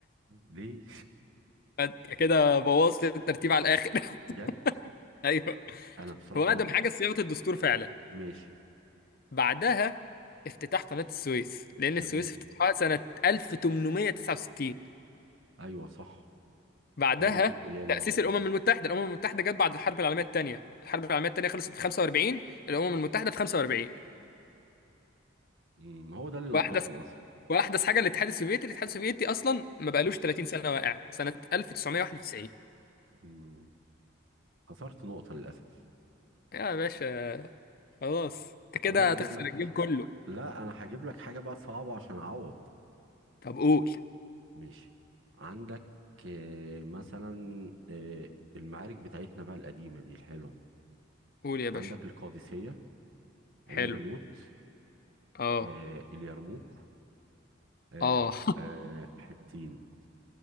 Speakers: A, on the right; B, on the left.
A: ليه
B: انت كده بوظت الترتيب على الاخر <laughs>
A: <laughs> بجد
B: ايوه
A: أنا بصراحة
B: هو اقدم حاجه صياغه الدستور فعلا
A: ماشي
B: بعدها افتتاح قناه السويس لان
A: جميل
B: السويس افتتحها سنه 1869
A: ايوه صح
B: بعدها
A: هي من الاحتلال
B: تأسيس
A: اه
B: الأمم المتحدة الأمم المتحدة جت بعد الحرب العالمية الثانية الحرب العالمية الثانية خلصت في 45 الأمم المتحدة في 45
A: أمم، هو ده اللي
B: وأحدث
A: لخبطني اصلا
B: وأحدث حاجة الاتحاد السوفيتي الاتحاد السوفيتي أصلا ما بقالوش 30 سنة واقع سنة 1991
A: أمم، خسرت نقطة للأسف
B: يا باشا خلاص أنت
A: طب
B: كده
A: انا هجيب
B: هتخسر
A: لك
B: الجيم كله
A: لا انا هجيب لك حاجة بقى صعبة عشان اعوض
B: طب قول
A: ماشي عندك آه، مثلا آه، المعارك بتاعتنا بقى القديمة دي الحلوة
B: قول يا باشا
A: عندك القادسية
B: حلو
A: عين جالوت
B: أه
A: آه، اليرموك آه،
B: أه
A: آه، حطين